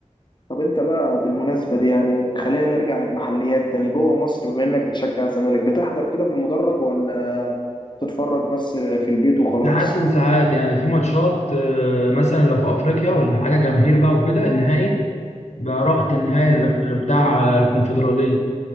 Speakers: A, on the left; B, on the left.
A: طب انت بقى بالمناسبه دي يعني خلينا نرجع للمحليات تاني جوه مصر بما انك بتشجع الزمالك بتحضر كده في المدرج ولا تتفرج بس في البيت وخلاص
B: ساعات وساعات يعني في ماتشات آه، مثلا لو في افريقيا ولا حاجه جماهير بقى وكده النهائي بقى رحت النهائي الأخ- بتاع الكونفدرالية